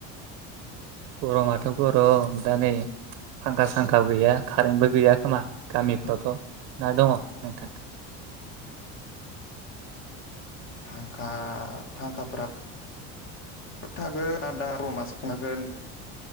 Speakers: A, on the right; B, on the left.
A: गरमाथ' गरम दा नै। फांखा सांखो गैया कारेन्टबो गैया खोमा गामिफ्रावथ'। ना दङ नोंथां।
B: फांखा फांखाफोरा थागोन आन्दा रमान्स खागोन